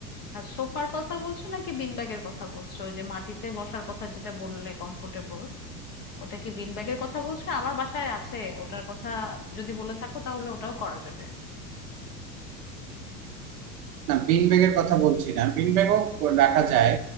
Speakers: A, on the left; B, on the right.
A: সোফার কথা বলছো নাকি বিনব্যাগের কথা বলছো ওই যে মাটিতে বসার কথা যেটা বললে কমফোর্টেবল ওটা কি বিন ব্যাগের কথা বলছো আমার বাসায় আছে ওটার কথা যদি বলে থাকো তাহলে ওটাও করা যাবে
B: না বিন ব্যাগের কথা বলছি না বিন ব্যাগও রাখা যায়